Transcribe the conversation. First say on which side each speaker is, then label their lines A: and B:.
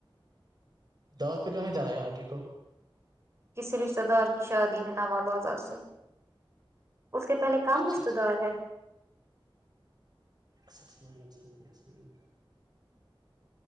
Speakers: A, on the right (about 50°); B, on the right (about 30°).
A: دعوت پہ کہاں جانا ہے آٹی کو
B: کسی رشتے دار کی شادی ہے نو بازار سے اس کے پہلے کم
A: اچھا
B: رشتے دار ہے
A: اچھا ٹھیک ہے ٹھیک ٹھیک